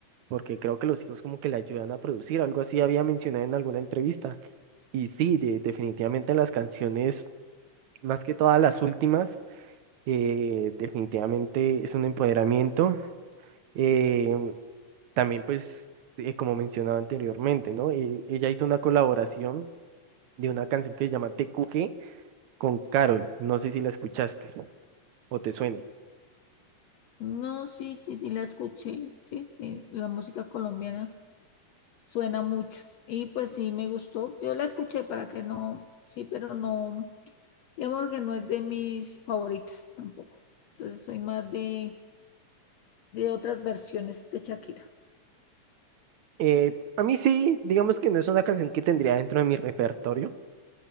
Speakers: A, on the right; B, on the left.
A: porque creo que los hijos como que le ayudan a producir, algo así había mencionado en alguna entrevista. Y sí, de- definitivamente las canciones más que todas las últimas, eh, definitivamente es un empoderamiento. eh, también, pues, eh, como mencionaba anteriormente, ¿no? Eh, ella hizo una colaboración de una canción que se llama TQG con Carol. No sé si la escuchaste o te suene.
B: No, sí, sí, sí, la escuché, sí, sí, la música colombiana. suena mucho. Y pues sí, me gustó. Yo la escuché para que no, sí, pero no, digamos que no es de mis favoritas tampoco. Entonces soy más de, de otras versiones de Shakira.
A: Eh, a mí sí, digamos que no es una canción que tendría dentro de mi repertorio,